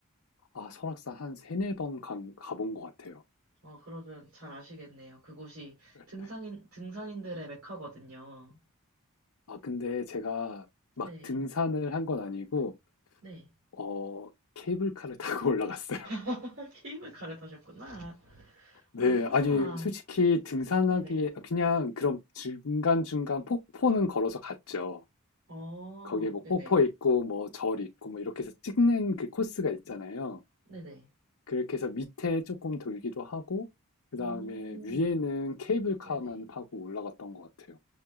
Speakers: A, on the left; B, on the right.
A: 아 설악산 한 세네 번 간- 가본 것 같아요.
B: 어, 그러면 잘 아시겠네요. 그곳이
A: 네,
B: 등산인,
A: 네.
B: 등산인들의 메카거든요.
A: 아 근데 제가 막
B: 네,
A: 등산을 한 건 아니고
B: 네.
A: 어 케이블카를 타고 <laughs> 올라갔어요.
B: <laughs> 게임을 갈아타셨구나. 아,
A: 네, 아니 솔직히 등산하기에
B: 네네.
A: 아, 그냥 그런 중간중간 폭포는 걸어서 갔죠.
B: 어,
A: 거기에 뭐
B: 네네.
A: 폭포 있고 뭐 절 있고 뭐 이렇게 해서 찍는 그 코스가 있잖아요.
B: 네네.
A: 그렇게 해서 밑에 조금 돌기도 하고 그다음에
B: 음,
A: 위에는 케이블카만
B: 네네.
A: 타고 올라갔던 것 같아요.